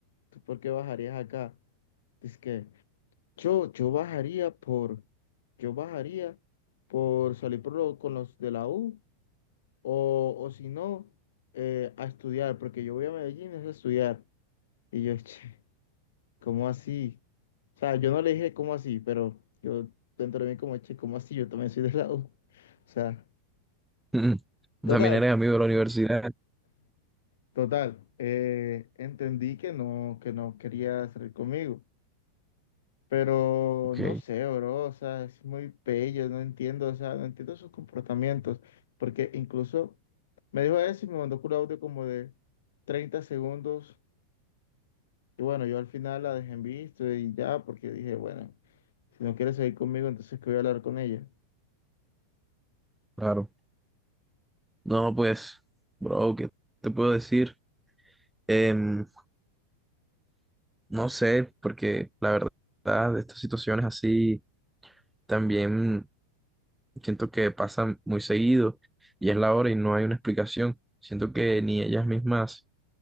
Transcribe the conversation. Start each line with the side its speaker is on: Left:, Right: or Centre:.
Left: ¿tú por qué bajarías acá? Dice que yo, yo bajaría por, yo bajaría por salir por lo- con los de la U o, o si no, eh, a estudiar, porque yo voy a Medellín es a estudiar. Y yo, <laughs> che, ¿cómo así? O sea, yo no le dije cómo así, pero yo dentro de mí como, che, ¿cómo así? Yo también soy de la U. <laughs> O sea,
Centre: <laughs>
Left: total.
Centre: También eres amigo de la universidad.
Left: Total, eh, entendí que no, que no quería salir conmigo, pero
Centre: Ok,
Left: no sé, bro, o sea, es muy bello, no entiendo, o sea, no entiendo sus comportamientos, porque incluso me dijo eso y me mandó un audio como de 30 segundos, y bueno, yo al final la dejé en visto y ya, porque dije, bueno, si no quieres seguir conmigo, entonces que voy a hablar con ella.
Centre: claro. No, pues, bro, ¿qué te puedo decir? Em, no sé, porque la verdad, de estas situaciones así también Siento que pasa muy seguido y es la hora y no hay una explicación. Siento que ni ellas mismas